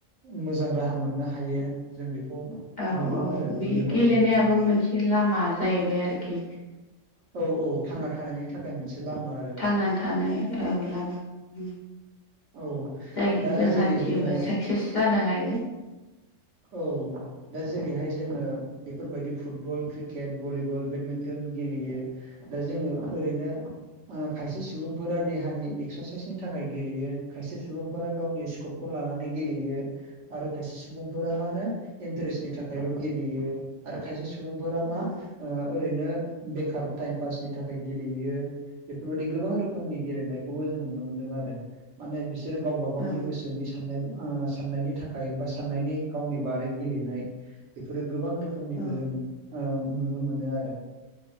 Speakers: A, on the right; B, on the left.
A: मोजां राहा मोननो हायो जों बेखौ
B: औ
A: नुदों
B: औ
A: आरो
B: बे
A: मोननोबो
B: गेलेनायाबो
A: हादों
B: मोनसे लामा जाहैबाय आरोखि।
A: औ औ थांना थानायनि थाखाय मोनसे लामा आरो
B: थांनानै थानो औ लामा उम।
A: औ
B: जायजों
A: दा
B: जों
A: जेरै
B: हान्थियोबा
A: जोङो
B: साक्सेस जानो हायो।
A: औ दा जेरैहाय जोङो बेफोरबायदि फुटबल, क्रिकेट, भलिबल, बेडमिन्टन गेलेयो। दा जोङो ओरैनो ओ खायसे सुबुंफोरा देहानि एक्सारसाइसनि थाखाय गेलेयो खायसे सुबुंफोरा गावनि स्कप खौ लानानै गेलेयो आरो खायसे सुबुंफोरा
B: औ
A: मा होनो इन्टारेस्टनि थाखायल' गेलेयो। आरो खायसे सुबुंफोरा
B: नंगौ
A: मा ओ ओरैनो बेखार टाइम पासनि थाखाय गेलेयो बेफोरबायदि गोबां रोखोमनि गेलेनायखौबो जों नुनो मोनदों। आरो माने बिसोरो गावबा गावनि
B: औ
A: गोसोनि साननाय ओ साननायनि थाखाया बा साननायनि गावनि बारै गेलेनाय बेफोरो गोबां रोखोम खोमनिखौ
B: औ
A: जों ओ नुनो मोनो आरो